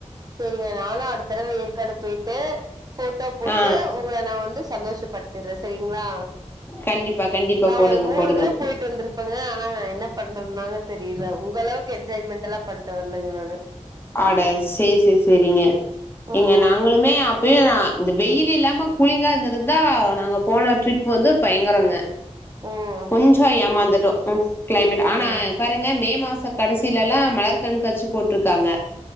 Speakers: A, on the right; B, on the left.
A: சேரிங்க நாலா அடுத்தடவ ஏற்காடு பெய்ட்டு போட்டோ போட்டு
B: ஆ
A: உங்ள நா வந்து சந்தோஷப்படுத்திர்ர சரிங்லா
B: கண்டிப்பா கண்டிப்பா
A: நா
B: போடுங்க
A: ஒரு மூணு
B: போடுங்க
A: தர போயிட் வந்துருப் பங்க ஆனா என்ன பண்றன்னாங்க தெரியில உங்க அளவுக்கு என்ஜாய்மண்ட் எல்லா பன்ட்டு வர்லங்க நானு
B: அட சேர் சேர் சேரிங்க
A: ம்
B: இங்க நாங்களுமே அப் பே அ இந்த வெயில் இல்லாம கூளிங்கா இந்துருந்தா நாங்க போன ட்ரிப் வந்து பயங்கரங்க
A: ம்
B: கொஞ்சே ஏமாந்துட்டோ க்ளைமேட்
A: ம்
B: ஆனா பாருங்க மே மாச கடசிலலா மலர் கண்காட்சி போட்ருக்காங்க